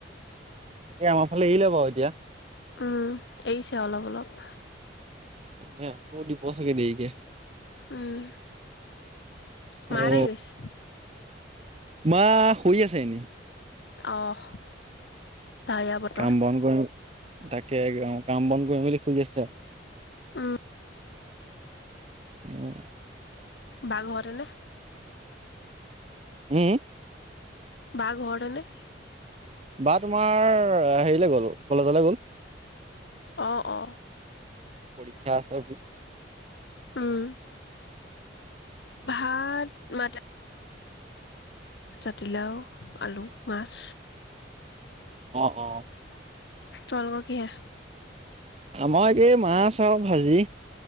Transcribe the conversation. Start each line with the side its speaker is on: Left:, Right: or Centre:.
Right: এ আমাৰ ফালে এৰিলে বাৰু এতিয়া।
Left: উম এৰিছে অলপ অলপ।
Right: তাকে আকৌ দিব চাগে দেৰিকে।
Left: উম, মাহতে
Right: অ
Left: কি কৈছে?
Right: মা শুই আছে এনেই।
Left: অহ। ডাৱৰীয়া বতৰ
Right: কাম বন কৰিম তাকে কাম বন কৰিম মেলি শুই আছে আৰু
Left: ওম্।
Right: অ।
Left: বা ঘৰতে নে?
Right: উম।
Left: বা ঘৰতে নে?
Right: বা তোমাৰ হেৰিলৈ গ'ল, কলেজলে গ'ল।
Left: অ-অ
Right: পৰীক্ষা আছে।
Left: উম ভাত মাতা জাতিলাও, আলু, মাছ।
Right: অ-অ
Left: তোমালোকৰ কি হে?
Right: আমাৰ একেই মাছ আৰু ভাজি